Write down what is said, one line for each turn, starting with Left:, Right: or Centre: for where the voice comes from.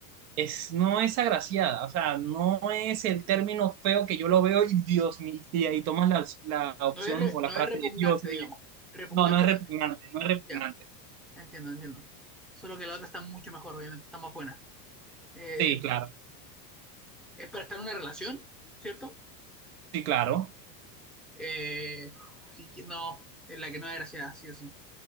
Right: Es, no es agraciada, o sea, no es el término feo que yo lo veo y Dios mío, y ahí tomas la, la
Centre: No
Right: opción
Centre: es, re-
Right: o la
Centre: no
Right: frase
Centre: es repugnante,
Right: de Dios mío.
Centre: digamos. Repugnante
Right: No, no es
Centre: no
Right: repugnante,
Centre: es.
Right: no es repugnante.
Centre: Ya, entiendo, entiendo. Solo que la otra está mucho mejor, obviamente, está más buena. Eh,
Right: Sí, claro,
Centre: es para estar en una relación, ¿cierto?
Right: sí, claro.
Centre: Eh, sí que no, es la que no da gracia, sí o sí.